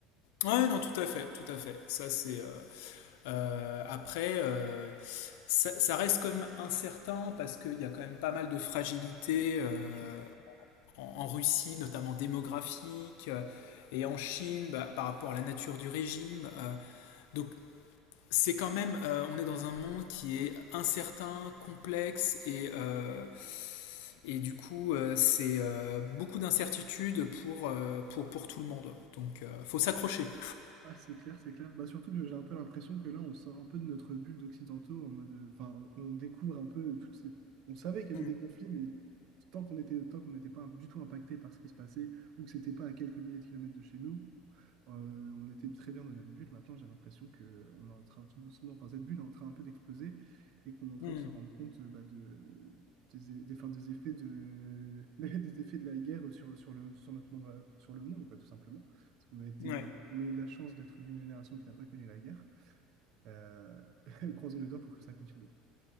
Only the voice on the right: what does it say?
bien sûr.
Ah, c'est clair, c'est clair. Bah, surtout que j'ai un peu l'impression que là, on sort un peu de notre bulle d'occidentaux en mode. euh, Enfin, on découvre un peu toutes ces. On savait qu'il y avait
des conflits, mais tant qu'on était, tant qu'on n'était pas du tout impacté par ce qui se passait ou que c'était pas à quelques milliers de kilomètres de chez nous, euh, on était très bien dans notre bulle. Maintenant, j'ai l'impression que on est en train tout doucement. Enfin, cette bulle est en train un peu d'exploser et qu'on est en train
de se rendre compte euh, bah, de, des, é- des, enfin, des effets de, <laughs> des effets de la guerre sur, sur le, sur notre monde, euh, sur le monde, quoi, tout simplement. On a été,
euh, on a eu de la chance d'être d'une génération qui n'a pas connu la guerre. Euh, <laughs> croisons les doigts pour que ça continue.